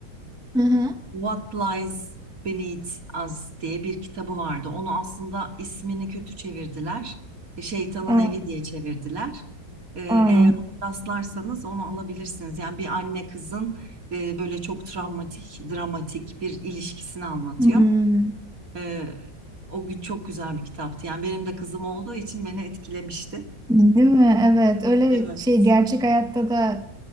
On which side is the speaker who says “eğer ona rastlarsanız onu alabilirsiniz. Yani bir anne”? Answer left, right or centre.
Right